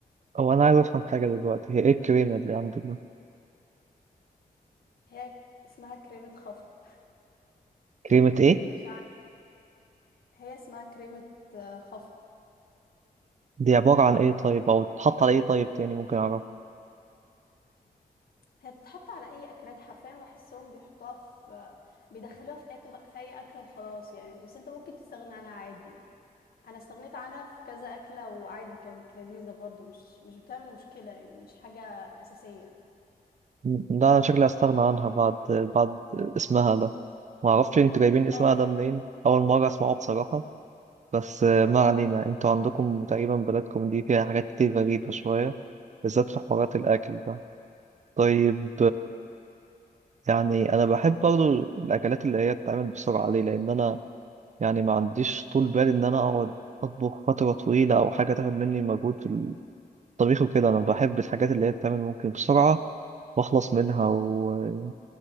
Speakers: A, on the right (about 50°); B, on the left (about 70°).
A: هو انا عايز افهم حاجه دلوقتي هي ايه الكريمه اللي عندك دي
B: هي اسمها كريمة خفق
A: كريمه
B: <laughs>
A: ايه
B: مش عارف هي اسمها كريمة آه، خفق
A: دي عباره عن ايه طيب او تحط على ايه طيب تاني ممكن اعرف
B: هي بتتحط على اي اكلات حرفيا بحسهم بيحطوها في بيدخلوها في اكل في اي اكله وخلاص يعني بس انت ممكن تستغنى عنها عادي يعني انا استغنيت عنها في كذا اكله وعادي كانت لذيذه برضو مش مش بتعمل مشكله يعني مش حاجه اساسيه
A: م- ده انا شكلي هستغنى عنها بعد بعد اسمها ده ما اعرفش انتوا جايبين اسمها
B: اه
A: ده منين اول مره اسمعه بصراحه بس آه، ما علينا انتوا عندكم تقريبا بلدكم دي فيها حاجات كتير غريبه شويه بالذات في حوارات الاكل ده طيب يعني انا بحب برضو الاكلات اللي هي بتتعمل بسرعه ليه لان انا يعني ما عنديش طول بال ان انا اقعد اطبخ فتره طويله او حاجه تاخد مني مجهود في الطبيخ وكده انا بحب الحاجات اللي هي بتتعمل ممكن بسرعه واخلص منها و...